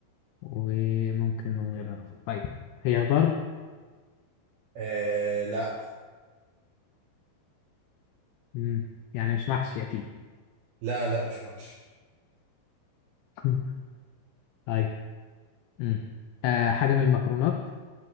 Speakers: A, on the left; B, on the right.
A: وممكن من غير اضافات طيب هي خضار
B: آه، لا
A: مم. يعني مش محشي اكيد
B: لا لا مش محشي
A: <laughs> طيب مم. آه حاجه من المكرونات